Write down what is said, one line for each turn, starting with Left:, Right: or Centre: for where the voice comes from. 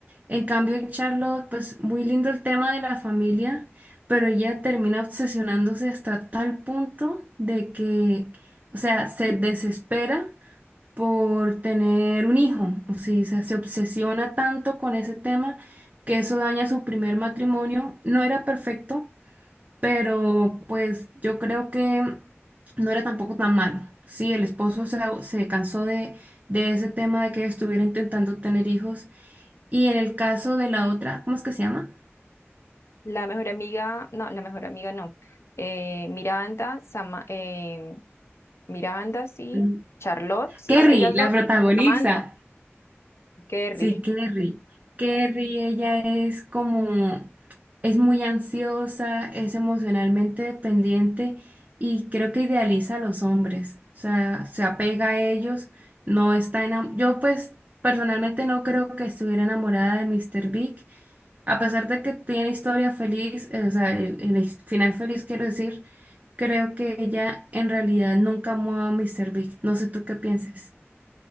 Right: En cambio, Charlotte, pues muy lindo el tema de la familia, pero ella termina obsesionándose hasta tal punto de que, o sea, se desespera por tener un hijo, o sí, o sea, se obsesiona tanto con ese tema que eso daña su primer matrimonio. No era perfecto, pero pues yo creo que no era tampoco tan malo. Sí, el esposo se, se cansó de, de ese tema de que estuviera intentando tener hijos. Y en el caso de la otra, ¿cómo es que se llama?
Left: La mejor amiga, no, la mejor amiga no. Eh, Miranda, Sama- eh, Miranda, sí,
Right: Mm.
Left: Charlotte, sí,
Right: Kerry,
Left: ellas
Right: la
Left: dos,
Right: protagonista.
Left: Samantha, Kerry.
Right: Sí, Kerry. Kerry, ella es como, es muy ansiosa, es emocionalmente dependiente y creo que idealiza a los hombres, o sea, se apega a ellos, no está enamorada. Yo pues personalmente no creo que estuviera enamorada de Mr. Big, a pesar de que tiene historia feliz, eh, o sea, el, el his- final feliz quiero decir, creo que ella en realidad nunca amó a Mr. Big. No sé tú qué pienses.